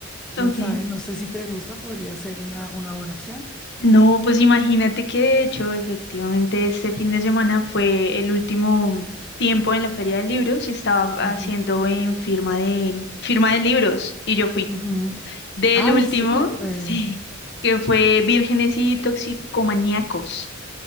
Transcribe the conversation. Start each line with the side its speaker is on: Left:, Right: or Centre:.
Centre: quién
Left: ok.
Centre: sabe, no sé si te gusta, podría ser una, una buena opción.
Left: No, pues imagínate que de hecho, efectivamente, este fin de semana fue el último tiempo en la Feria del Libro, se estaba
Centre: Ujú,
Left: haciendo en firma de firma de libros y yo fui
Centre: ujú.
Left: del
Centre: Ay,
Left: último,
Centre: súper.
Left: <laughs> sí, que fue Vírgenes y Toxicomaníacos.